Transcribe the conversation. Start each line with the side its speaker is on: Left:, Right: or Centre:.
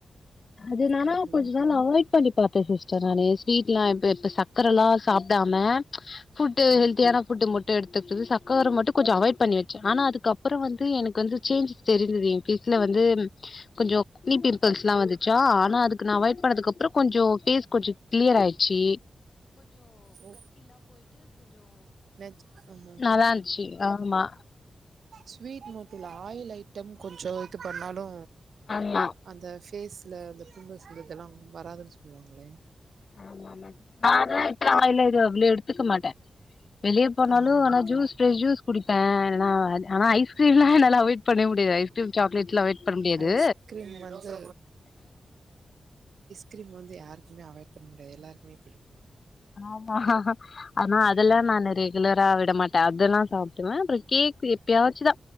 Left: அது நால
Right: ம் ஹலோ
Left: கொஜ்னாலா அவாயிட் குக் பண்ணி பாத்தே சிஸ்டர் நானு ஸ்வீட்லா எப் இப்ப சக்கரலா சாப்பிடாம ஃபுட்
Right: ம்
Left: ஹெல்தியான ஃபுட் மட்டு எடுத்துக்கிட்டது சர்கர மட்டு கொஞ்ச அவாய்ட் பண்ணி வச்சே ஆனா அதுக்கு கப்புறோ வந்து எனக்கு வந்து சேன்ஜ் தெரிஞ்சுது எ ஃபேஸ்ல வந்து கொஞ்சோ ஆக்னி பிம்பிள்ஸ்லா வந்துச்சா ஆனா அதுக்கு நா அவாய்ட் பண்ணதுக்கு அப்புறோ கொஞ்சோ ஃபேஸ் கொஞ்சோ கிளியர் ஆய்ச்சு
Right: ஓ வெட் ஆஹா
Left: நல்லா இருந்துச்சு ஆமா
Right: ஸ்வீட் மோட்டுல ஆயில் ஐ ட்டம் கொஞ்ச இது பண்ணாலு
Left: ஆமா
Right: அந்த ஃபேஸ்ல அந்த பிம்பிள்ஸ் வரதெல்லா வராதுன்னு சொல்லுவாங்களே
Left: ஆமா நானா அதுலஅவள எடுத்துக்க மாட்டே வெளிய போனாலு
Right: ஆ
Left: நா
Right: ஓகே
Left: ஜூஸ் ஃபிரஷ்ஜூஸ் குடிப்பே நா ஆ ஐஸ்கிரீம்லா என்னால அவாய்ட் பண்ணவே முடியாது ஐஸ்கிரீம் சாக்லேட்லா அவாய்ட் பண்ண முடியாது
Right: ஐஸ்கிரீம் வந்து கிரீம் வந்து யாருக்குமே அவாய்ட் பண்ண முடியாது எல்லாருக்குமே பிடிக்கு
Left: ஆமா ஆனா அதெல்லா நா நெரைய ரெகுலரா விட மாட்டே அதெல்லா சாப்பிடுவே பட் கேக் எப்பயாச்சுதா